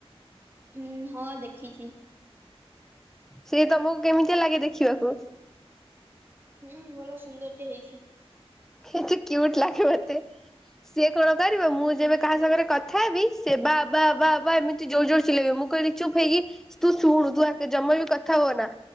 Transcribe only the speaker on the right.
ହୁଁ ହଁ ଦେଖିଛି।
ହୁଁ ଭଲ ସୁନ୍ଦର ଟେ ହେଇଛି।
ହୁଁ